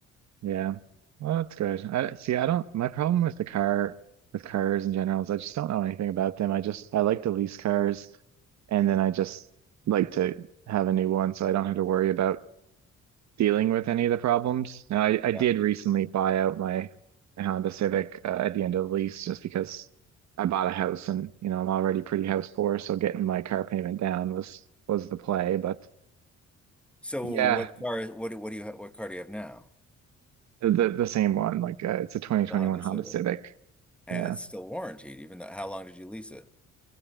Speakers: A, on the right; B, in the centre.
A: Yeah. Well, that's good. I see, I don't, my problem with the car, with cars in general is I just don't know anything about them. I just, I like to lease cars and then I just like to have a new one so I don't have to worry about dealing with any of the problems. Now, I, I did
B: But
A: recently buy out my Honda Civic uh, at the end of the lease just because I bought a house and you know I'm already pretty house poor, so getting my car payment down was was the play. But
B: so
A: yeah,
B: what car what do- what do you ha- what car do you have now?
A: the the same one. Like uh, it's a 2021
B: The Honda
A: Honda
B: Civic.
A: Civic.
B: And
A: Yeah.
B: it's still warranted, even though how long did you lease it?